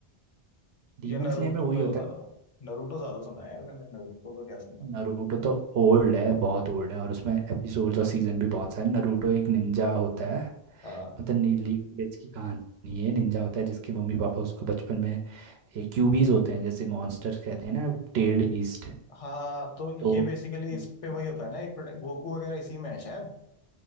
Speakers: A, on the right; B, on the left.
A: डीमन
B: ये नरूटो
A: स्लेयर में वही
B: पे
A: होता
B: होता
A: है
B: है? नरूटो ज्यादा सुना है यार मैंने नरूटो का क्या सुना
A: नारुतो तो ओल्ड है बहुत ओल्ड है और उसमें एपिसोड्स और सीजन भी बहुत सारे नारुतो एक निंजा होता है
B: हाँ
A: मतलब नीली विलेज की कहानी है निंजा होता है जिसके मम्मी पापा उसको बचपन में एक क्यूबीज होते हैं जैसे मॉन्स्टर कहते हैं ना टेल्ड बीस्ट
B: हाँ तो ये
A: तो
B: बेसिकली
A: नहीं
B: इस पे वही होता है ना एक प्रोटे- गोकू वगैरह इसी में है शायद